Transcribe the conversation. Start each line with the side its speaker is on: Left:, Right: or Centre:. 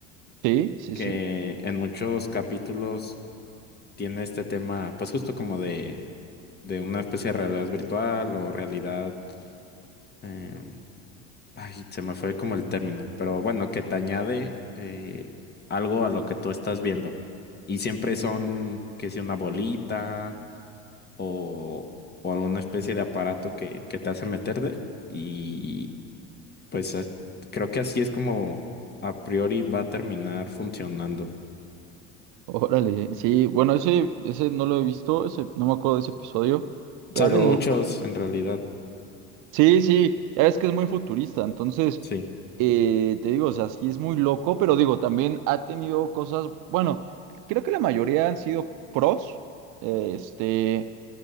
Right: Sí, sí,
Left: que
Right: sí.
Left: en muchos capítulos tiene este tema, pues justo como de, de una especie de realidad virtual o realidad em, Ay, se me fue como el término, pero bueno, que te añade eh, algo a lo que tú estás viendo. Y siempre son, que si una bolita o, o alguna especie de aparato que, que te hace meter de. Y pues as- creo que así es como a priori va a terminar funcionando.
Right: Órale, sí, bueno, ese, ese no lo he visto, ese, no me acuerdo de ese episodio, pero
Left: Salen muchos
Right: jus-
Left: en realidad,
Right: sí, sí, ya ves que es muy futurista, entonces,
Left: sí,
Right: eh, te digo, o sea, sí es muy loco, pero digo, también ha tenido cosas, bueno, creo que la mayoría han sido pros, eh, este,